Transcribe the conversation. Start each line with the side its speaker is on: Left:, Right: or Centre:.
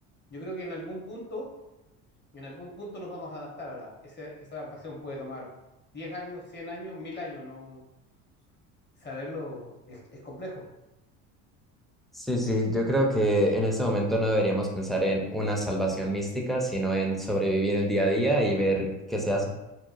Left: yo creo que en algún punto, en algún punto nos vamos a adaptar. Ahora, ese- esa adaptación puede tomar 10 años, 100 años, 1000 años, no saberlo es es complejo.
Centre: Sí, sí, yo creo que en ese momento no deberíamos pensar en una salvación mística, sino en sobrevivir el día a día y ver qué se hace.